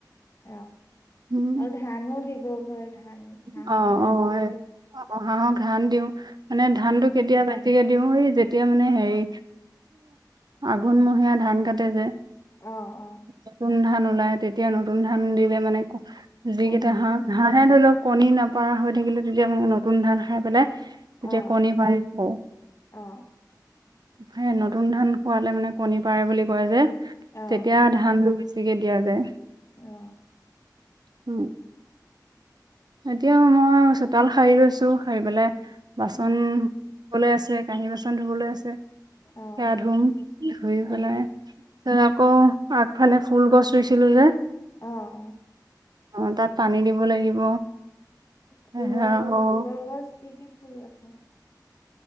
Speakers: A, on the left (about 45°); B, on the right (about 70°).
A: অ'
B: উম।
A: আৰু ধানো দিব পাৰে, ধান হাঁহক
B: অ
A: ধান
B: অ
A: দিলে
B: এ অ হাঁহক ধান দিও মানে ধানটো
A: অ
B: কেতিয়া পায়। গতিকে দিওঁৰি যেতিয়া মানে হেৰি আঘোণমহীয়া ধান কাটে যে।
A: অ অ
B: নতুন ধান ওলাই তেতিয়া নতুন ধান দিলে মানে। যিকেইটা
A: কণীত
B: হাঁহ, হাঁহে ধৰি লওক কণী নাপাৰা হৈ থাকিলে তেতিয়া আ নতুন ধান খাই পেলাই।
A: অ
B: যে কণী ভাজিব।
A: অ
B: সে নতুন ধান খোৱালে মানে কণী পাৰে বুলি কয় যে।
A: অ
B: তেতিয়া ধানটো বেছিকে দিয়া যায়
A: অ',
B: উ। এতিয়া মই চোতাল সাৰি লৈছো সাৰি পাই বাচন।
A: অ',
B: ধুবলৈ আছে। কাঁহী, বাচন ধুবলৈ আছে।
A: অ',
B: সেয়া ধুম ধুই
A: অ',
B: পেলাই যে আকৌ আগফালে ফুল গছ ৰুইছিলো যে।
A: অ',
B: অ' তাত পানী দিব লাগিব। সেয়া
A: ফুলৰ,
B: আকৌ
A: ফুলৰ গছ কি কি ফুল আছে।